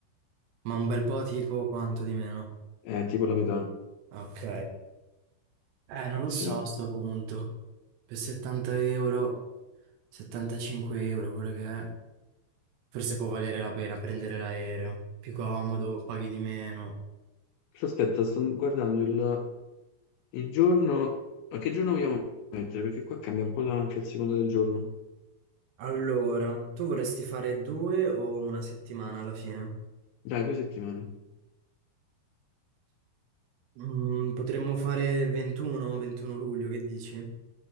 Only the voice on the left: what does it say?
è tipo la metà,
sì.
Però Aspetta, sto guardando il, il giorno, a che giorno vogliamo mettere? Perché qua cambia un po' la- anche a seconda del giorno.
Dai, due settimane.